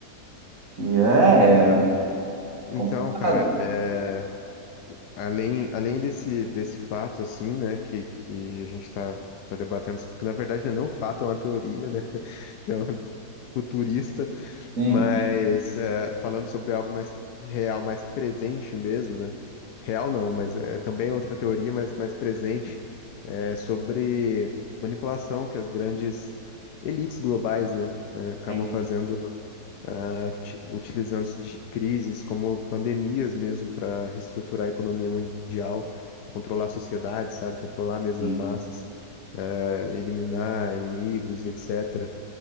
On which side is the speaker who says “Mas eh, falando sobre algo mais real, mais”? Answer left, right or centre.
Left